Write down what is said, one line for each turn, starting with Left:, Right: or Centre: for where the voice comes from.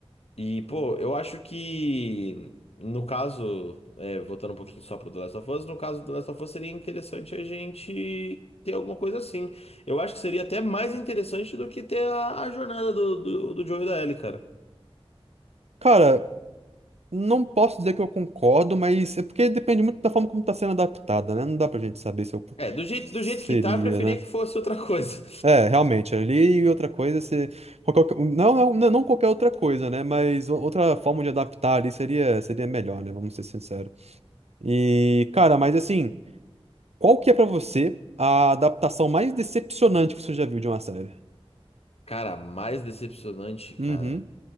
Left: E, pô, eu acho que, no caso, é, voltando um pouquinho só pro The Last of Us, no caso do The Last of Us seria interessante a gente ter alguma coisa assim. Eu acho que seria até mais interessante do que ter a, a jornada do, do, do Joel e da Ellie, cara.
Right: Cara, não posso dizer que eu concordo, mas é porque depende muito da forma como tá sendo adaptada, né? Não dá pra gente saber se eu
Left: É, do jeito,
Right: seria,
Left: do jeito que tá, eu preferia
Right: né?
Left: que fosse outra coisa.
Right: É, realmente, ali e outra coisa, se... qualquer- não, não, não não qualquer outra coisa, né? Mas o- outra forma de adaptar ali seria, seria melhor, né? Vamos ser sinceros. E, cara, mas assim, qual que é pra você a adaptação mais decepcionante que você já viu de uma série?
Left: Cara, mais decepcionante, cara.
Right: Uhum.